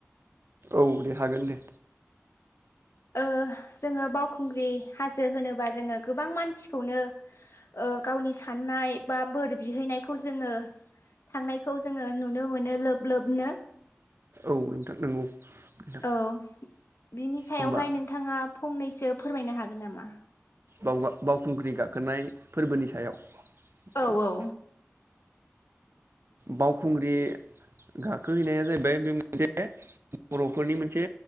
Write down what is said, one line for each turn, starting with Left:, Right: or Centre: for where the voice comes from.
Right: औ दे हागोन दे।
Left: ओ जोङो बावखुंग्रि हाजो होनोबा जोङो गोबां मानसिखौनो ओ गावनि साननाय बा बोर बिहैनायखौ जोङो थांनायखौ जोङो नुनो मोनो लोब लोबनो।
Right: औ नोंथां नंगौ। नोंथां
Left: औ। बिनि सायावहाय
Right: होमबा
Left: नोंथाङा फंनैसो फोरमायनो हागोन नामा?
Right: बावा बावखुंग्रि गाखोनाय फोरबोनि सायाव? ओमफ्राय
Left: औ औ।
Right: बावखुंग्रि गाखोहैनाया जाहैबाय बे मोनसे बर'फोरनि मोनसे